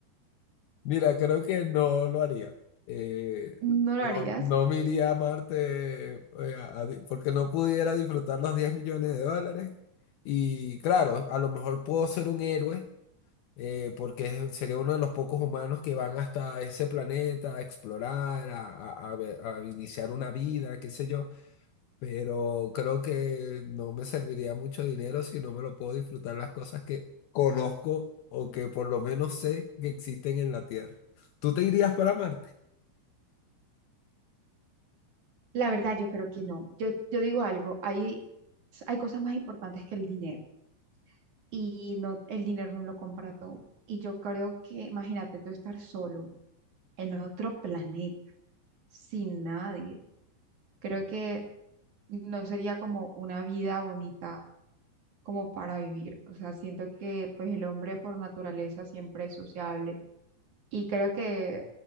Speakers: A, on the left; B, on the right.
A: Mira, creo que no lo haría. Eh,
B: ¿No lo
A: no,
B: harías?
A: no me iría a Marte eh, a- a di- porque no pudiera disfrutar los 10 millones de dólares. Y claro, a lo mejor puedo ser un héroe eh, porque sería uno de los pocos humanos que van hasta ese planeta a explorar, a, a- a ver- a iniciar una vida, qué sé yo, pero creo que no me serviría mucho dinero si no me lo puedo disfrutar las cosas que conozco o que por lo menos sé que existen en la Tierra. ¿Tú te irías para Marte?
B: La verdad, yo creo que no. Yo, yo digo algo, hay, hay cosas más importantes que el dinero y no, el dinero no lo compra todo. Y yo creo que, imagínate, tú estar solo en otro planeta, sin nadie. Creo que no sería como una vida bonita como para vivir. O sea, siento que pues el hombre por naturaleza siempre es sociable y creo que